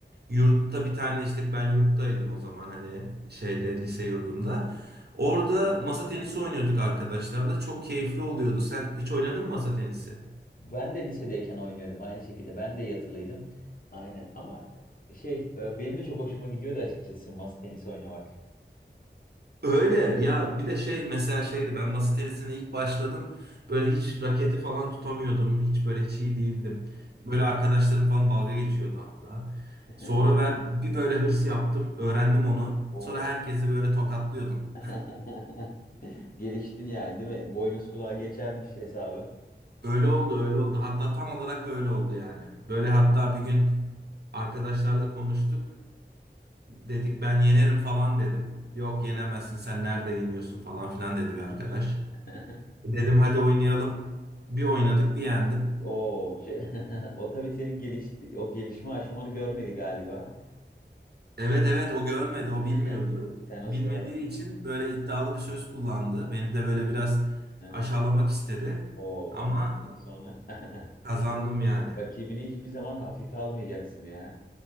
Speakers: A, on the right; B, on the left.
A: yurtta bir tane işte ben yurttaydım o zaman hani şeyde lise yurdumda. Orada masa tenisi oynuyorduk arkadaşlarla. Çok keyifli oluyordu. Sen hiç oynadın mı masa tenisi?
B: Ben de lisedeyken oynuyordum aynı şekilde. Ben de yatılıydım. Aynen ama şey e, benim de çok hoşuma gidiyordu açıkçası masa tenisi oynamak.
A: Öyle ya bir de şey mesela şeydi ben masa tenisine ilk başladım böyle hiç raketi falan tutamıyordum hiç böyle hiç iyi değildim böyle arkadaşlarım falan dalga geçiyordu hatta
B: <laughs>
A: sonra ben bir böyle hırs yaptım öğrendim onu
B: Oo.
A: sonra herkesi böyle tokatlıyordum
B: <laughs> Geliştin yani değil mi? Boynuz kulağa geçermiş hesabı.
A: <laughs> öyle oldu öyle oldu hatta tam olarak böyle oldu yani böyle hatta bir gün arkadaşlarla konuştuk dedik ben yenerim falan dedim yok yenemezsin sen nerede yeniyorsun falan filan dedi bir arkadaş.
B: Falan. <laughs>
A: Dedim hadi oynayalım. Bir oynadık, bir yendim.
B: Oo, şey, <laughs> o tabii senin gelişti, o gelişme aşamanı görmedi galiba.
A: Evet evet o görmedi, o bilmiyordu.
B: <laughs> Sen o
A: Bilmediği
B: sırada.
A: için böyle iddialı
B: Aferin.
A: bir söz kullandı. Beni de böyle biraz
B: Heh.
A: aşağılamak istedi.
B: Oo,
A: Ama
B: ama ondan sonra <laughs>
A: kazandım yani.
B: rakibini hiçbir zaman hafife almayacaksın ya.